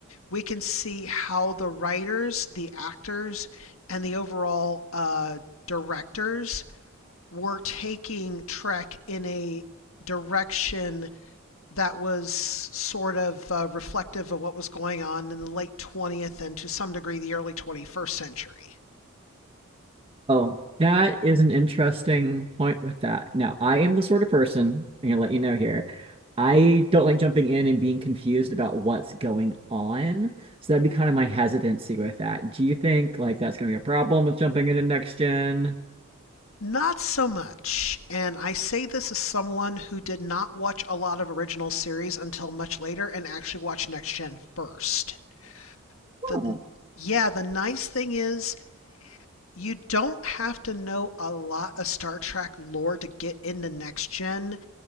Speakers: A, on the left (about 70°); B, on the right (about 25°).
A: we can see how the writers, the actors and the overall uh directors were taking Trek in a direction that was sort of uh, reflective of what was going on in the late 20th and to some degree the early 21st century.
B: Oh, that is an interesting point with that. Now, I am the sort of person, I'm gonna let you know here. I don't like jumping in and being confused about what's going on. So that'd be kind of my hesitancy with that. Do you think like that's gonna be a problem with jumping into next gen?
A: Not so much. And I say this as someone who did not watch a lot of original series until much later and actually watched Next Gen first.
B: Huh.
A: The yeah, the nice thing is you don't have to know a lot of Star Trek lore to get into Next Gen